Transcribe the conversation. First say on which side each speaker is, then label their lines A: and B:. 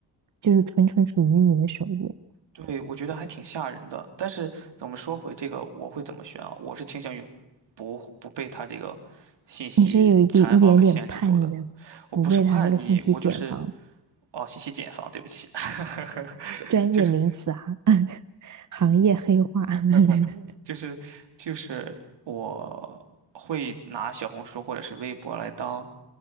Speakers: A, on the right (about 45°); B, on the right (about 75°).
A: 就是纯纯属于你的首页。
B: 对，我觉得还挺吓人的。但是我们说回这个，我会怎么选啊？我是倾向于不不被他这个信息茧房给限制住的。
A: 你是有一一点点叛逆的，
B: 我不是叛逆，
A: 不被他那个信息茧房，
B: 我就是哦，信息茧房，对不起，<laughs>
A: 专业名词哈、
B: 就是
A: <laughs> 行业黑话。<laughs>
B: <laughs> 就是就是我会拿小红书或者是微博来当